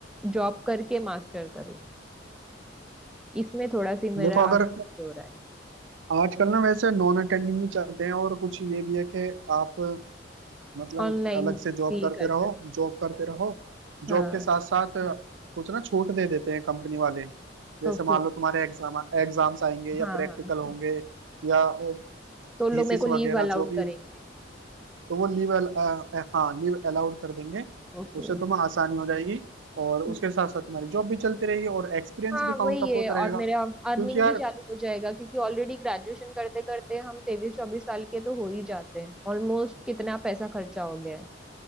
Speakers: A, in the centre; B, on the right.
A: जॉब करके मास्टर करूँ इसमें थोड़ा सी मेरा
B: देखो
A: आगे
B: अगर
A: पीछे हो रहा है
B: आजकल ना वैसे नॉन अटेंडिंग भी चलते हैं और कुछ ये भी है कि आप मतलब
A: ऑनलाइन
B: अलग से जॉब
A: भी
B: करते
A: कर
B: रहो
A: सकते
B: जॉब करते रहो
A: हाँ
B: जॉब के साथ साथ कुछ ना छूट दे देते हैं कंपनी वाले जैसे
A: ओके
B: मान लो तुम्हारे एग्जाम एग्जाम्स आएंगे या
A: हाँ
B: प्रैक्टिकल
A: हाँ
B: होंगे
A: हाँ
B: या
A: तो लोग
B: थीसिस
A: मेरे को लीव
B: वगैरह
A: अलाउड
B: जो भी
A: करेंगे
B: तो वो लीव अल, अ, अ, हाँ लीव अलाउड कर देंगे
A: ओके
B: उससे तुम्हें आसानी हो जाएगी और उसके
A: हम्म।
B: साथ साथ तुम्हारी जॉब भी चलती रहेगी और एक्सपीरियंस
A: हाँ
B: भी काउंट
A: वही
B: अप
A: है
B: होता
A: और
B: रहेगा
A: मेरा
B: क्योंकि
A: अर्निंग
B: यार
A: भी चालू हो जाएगा क्योंकि ऑलरेडी ग्रेजुएशन करते करते हम तेईस चौबीस साल के तो हो ही जाते हैं ऑलमोस्ट कितना पैसा खर्चा हो गया है